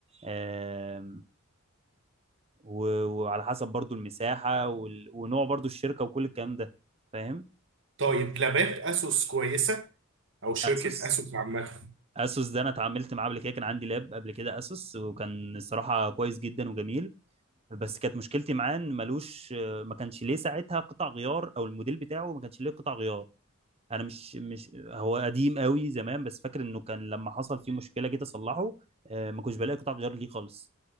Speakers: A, on the right; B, on the right.
A: آم، و- وعلى حسب برضو المساحه وال- ونوع برضو الشركه وكل الكلام ده فاهم
B: طيب لابات اسوس كويسه او شركه
A: اسوس
B: اسوس عامه
A: اسوس ده انا اتعاملت معاه قبل كده كان عندي لاب قبل كده اسوس وكان الصراحه كويس جدا وجميل بس كانت مشكلتي معاه ان ملوش ما كانش ليه ساعتها قطع غيار او الموديل بتاعه ما كانش ليه قطع غيار انا مش مش هو قديم قوي زمان بس فاكر انه كان لما حصل فيه مشكله جيت اصلحه آه، ما كنتش بلاقي قطع غيار ليه خالص